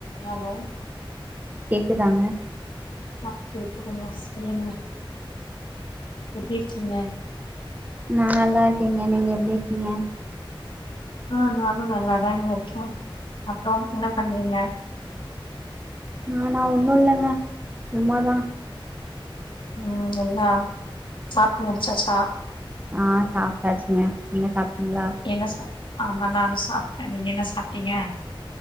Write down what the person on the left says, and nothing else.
ஹலோ
ஆ கேக்குதுங்க சொல்லுங்க எப்டி இருக்கீங்க
ஆ நானு நல்லாதாங்க இருக்கு அப்றோ என்ன பண்றீங்க
ம் எல்லா சாப்ட்டு முடிச்சாச்சா
என்னா சொ ஆமா நானு சாப்ட்டே நீங்க என்ன சாப்ட்டீங்க